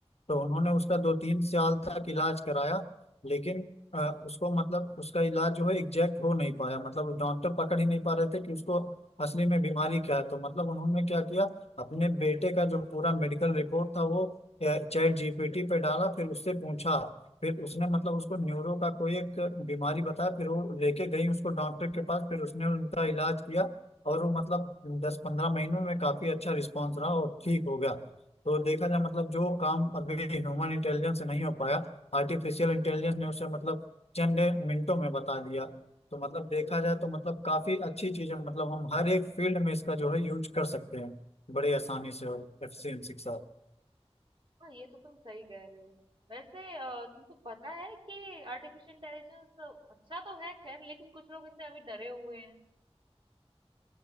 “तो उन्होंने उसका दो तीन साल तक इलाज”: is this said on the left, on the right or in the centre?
Left